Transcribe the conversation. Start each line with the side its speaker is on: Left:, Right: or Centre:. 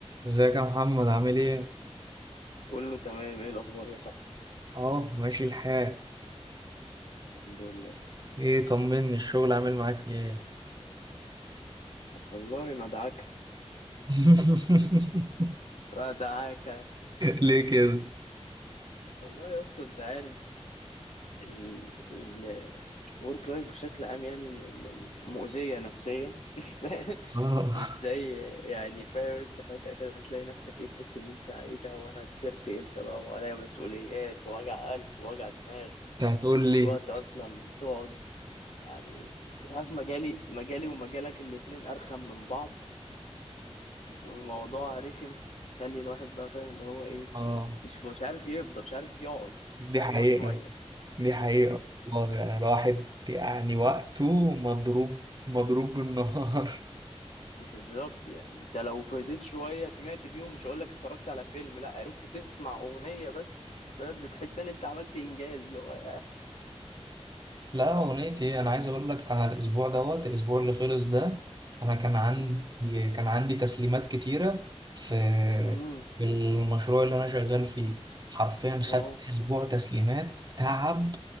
Right: ازيك يا محمد عامل ايه؟
Left: كله تمام ايه الاخبار يا صاحبي
Right: اهو ماشي الحال
Left: الحمد لله
Right: ايه طمني الشغل عامل معاك ايه؟
Left: والله مدعكه
Right: <laughs>
Left: مدعكه
Right: ليه كده؟
Left: <laughs> والله يا اسطى انت عارف ال ال الورك لايف بشكل عام يعني م- م- مؤذيه نفسيا <laughs>
Right: اه
Left: مش زي يعني فاهم انت فجاه كده تلاقي نفسك ايه تحس ان انت ايه ده وانا كبرت امتى بقى وعليا مسؤوليات ووجع قلب ووجع دماغ
Right: انت هتقول
Left: مفيش
Right: لي
Left: وقت اصلا تقعد يعني انت عارف مجالي مجالي ومجالك الاتنين ارخم من بعض الموضوع رخم خلي الواحد بقى فاهم اللي هو ايه
Right: اه
Left: مش ف- مش عارف يفضى مش عارف يقعد
Right: دي
Left: مش عارف
Right: حقيقة
Left: يقعد شويه
Right: دي حقيقة والله يعني الواحد يعني وقته مضروب مضروب بالنهار
Left: بالظبط يعني انت لو فضيت شويه سمعت فيهم مش هقول لك اتفرجت على فيلم لا عرفت تسمع اغنيه بس بتحس ان انت عملت انجاز اللي هو يعني،
Right: لا اغنيتي ايه انا عايز اقول لك على الاسبوع دوت الاسبوع اللي خلص ده انا كان عندي
Left: مم.
Right: كان عندي تسليمات كتيره في
Left: مم.
Right: المشروع اللي انا شغال فيه حرفيا
Left: اه
Right: خدت اسبوع تسليمات تعب